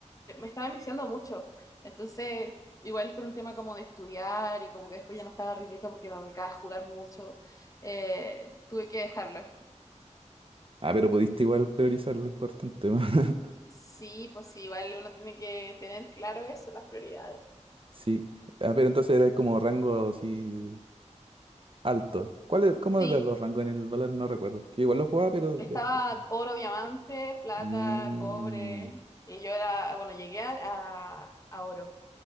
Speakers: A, on the left (about 25°); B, on the right (about 45°).
A: me estaba enviciando mucho. Entonces, igual por un tema como de estudiar y como que después ya no estaba rindiendo porque me dedicaba a jugar mucho, eh, tuve que dejarlo.
B: Ah, pero pudiste igual priorizar lo importante. <laughs>
A: Sí, pues sí, igual uno tiene que tener claro eso, las prioridades.
B: Sí. Ah, pero entonces era como rango así Alto. ¿Cuál es, cómo
A: Sí,
B: eran los rangos en el valor? No recuerdo. Que igual lo jugaba, pero
A: Estaba
B: después. Mm,
A: oro, diamante, plata,
B: Mm,
A: cobre, y yo era, bueno, llegué a, a- a oro.